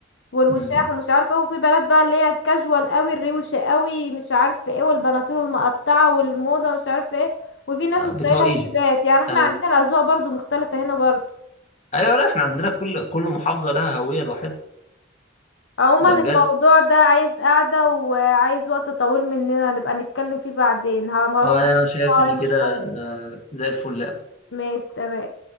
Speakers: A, on the left (about 65°); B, on the left (about 35°).
A: والوشاح
B: امم
A: ومش عارفه ايه وفي بنات بقى اللي هي الكاجوال قوي الروشه قوي مش عارفه ايه والبناطيل المقطعه والموضه مش عارفه ايه وفي ناس
B: آه،
A: ستايلها
B: بتوع ايجيبت
A: جليبات يعني احنا
B: ايوه
A: عندنا الاذواق برضو مختلفه هنا برضو
B: ايوه لا احنا عندنا كل كل محافظه لها هويه لوحدها
A: عموما
B: ده بجد
A: الموضوع ده عايز قعده وعايز وقت طويل مننا نبقى نتكلم فيه بعدين ه- هروح
B: اه
A: بس،
B: انا شايف
A: هروح
B: ان
A: مشوار
B: كده آه، زي الفل أوي.
A: ماشي تمام